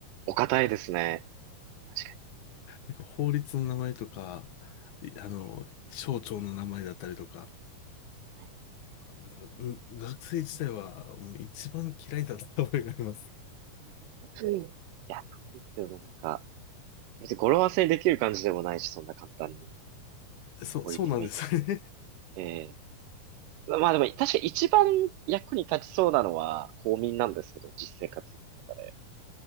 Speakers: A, on the right (about 80°); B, on the left (about 65°).
A: お堅いですね。確か
B: なんか法律の名前とか、いあの、
A: に。え
B: 省庁の名前だったりとか、
A: ーね
B: なんか、うん、学生時代はもう一番嫌いだった覚えがあります。
A: うんいや、そうですよね。なんか、別に語呂合わせにできる感じでもないし、そんな簡単に。
B: <laughs> そう、
A: 盛りつもいっぱ
B: そうなんですよね。
A: い。ええまあでも、確か一番役に立ちそうなのは公民なんですけど、実生活の中で。